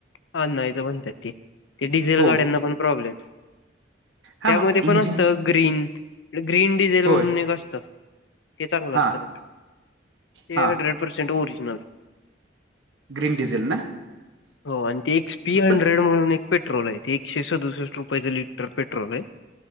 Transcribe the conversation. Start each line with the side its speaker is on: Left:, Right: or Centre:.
Left: हा नाही तर म्हणतात ते ते डिझेल
Right: हो
Left: गाड्यांना पण प्रॉब्लेम.
Right: हा
Left: त्यामध्ये
Right: मग
Left: पण
Right: इंजिन
Left: असत ग्रीन ग्रीन डिझेल
Right: होय
Left: म्हणून एक असत. हे चांगलं
Right: हा
Left: असतं ते
Right: हा
Left: hundred percent original.
Right: Green diesel ना
Left: हो आणि ते एकपी हंड्रेड
Right: पण
Left: म्हणून एक. पेट्रोल आहे ते एक शेश दुसष्ट रुपयाच लिटर पेट्रोल आहे